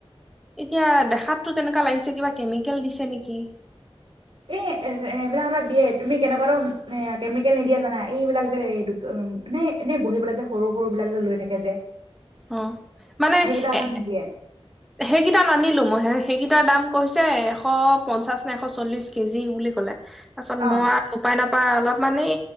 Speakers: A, in the centre; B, on the right.
A: এতিয়া দেখাতটো তেনেকুৱা লাগিছে কিবা কেমিকেল দিছে নেকি।
B: এ এইবিলাক দিয়ে, তুমি কেনেকুৱাাতো কেমিকেল নিদিয়া জানা, এইবিলাক যে, এে এনেই বহি পেলাই যে সৰু সৰু বিলাক যে লৈ থাকে যে।
A: অঁ, মানে
B: সেইকেইটা হাতত
A: এ
B: নিদিয়ে
A: সেইকেইটাাত নানিলো মই, সেইকেইটাৰ দাম কৈছে এশ পঞ্চাশ নে এশ চল্লিশ কেজি বুলি কলে পাছত
B: অ
A: মই উপায় নাপ অলপমানানেই